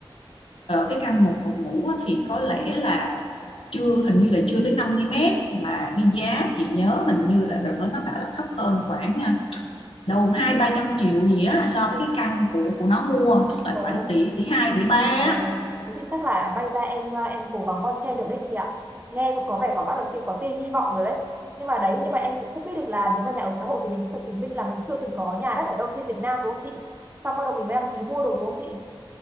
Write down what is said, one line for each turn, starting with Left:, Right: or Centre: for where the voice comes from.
Left: ờ, cái căn một phòng ngủ á, thì có lẽ là chưa hình như là chưa tới năm mươi mét mà cái giá chị nhớ hình như là đợt đó nó bảo là thấp hơn khoảng à, đâu hai ba trăm triệu gì á so với cái căn của của nó mua tức là
Right: Ồ,
Left: khoảng tỷ tỷ hai tỷ ba á
Right: ồ, thế thì chắc là bay ra em ờ, em cố gắng bon chen được đấy chị ạ. Nghe cũng có vẻ có bắt đầu tí- có tia hy vọng rồi đấy. Nhưng mà đấy, nhưng mà em cũng không biết được là nếu mà nhà ở xã hội thì mình cũng phải chứng minh là mình chưa từng có nhà đất ở đâu trên Việt Nam đúng không chị? Xong bắt đầu mình mới đăng ký mua đồ đúng không chị?